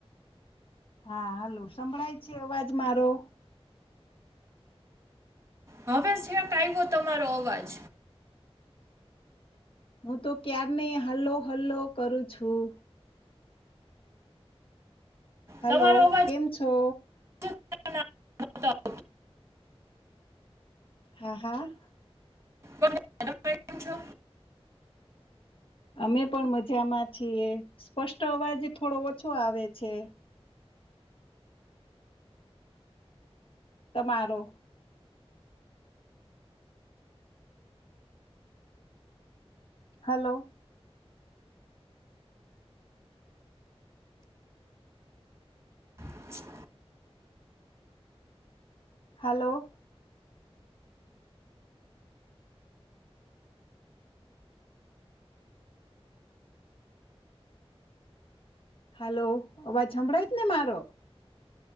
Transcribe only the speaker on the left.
હા હાલો સંભળાય છે અવાજ મારો!
હું તો ક્યાર ની હલ્લો હલ્લો કરું છું. હલો
કેમ છો.
હા હા.
અમે પણ મજામાં છીએ સ્પષ્ટ અવાજ થોડો ઓછો આવે છે. તમારો.. હલો?
હલો? હાલો અવાજ હંભળાય જ ને મારો.